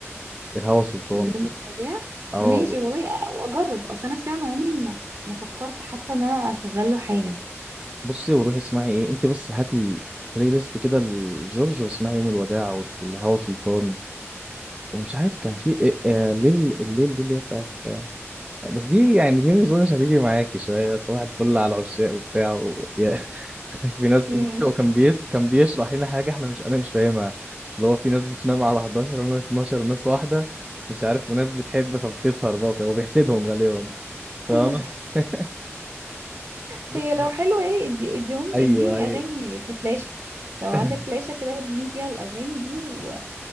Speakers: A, on the right; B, on the right.
A: الهوى سلطان
B: يوم الوداع
A: اه
B: ماشي والله أ- واجرب اصل انا فعلا عمري ما ما فكرت حتى ان انا اشغل له حاجه
A: بصي وروحي اسمعي ايه انت بس هاتي بلاي ليست كده لجورج واسمعي يوم الوداع والهوى سلطان ومش عارف كان في إيه- آه، الليل الليل دي اللي هي بتاعت بس دي يعني دي ما اظنش هتيجي معاكي شويه صباح الفل على عشاق وبتاع و... يا- <laughs> في ناس
B: مم.
A: بص هو كان بيس... كان بيشرح لنا حاجه احنا مش انا مش فاهمها اللي هو في ناس بتنام على 11 ولا 12 وناس واحده مش عارف وناس بتحب فبتسهر برضه هو بيحسدهم غالبا فاهمة
B: <laughs>
A: <laughs>
B: هي
A: بص
B: لو
A: ده
B: حلوة ايه ادي اديهم اديني
A: ايوه ايوه
B: اغاني في فلاشة لو
A: <laughs>
B: عندك فلاشة كده اديني فيها الاغاني دي و-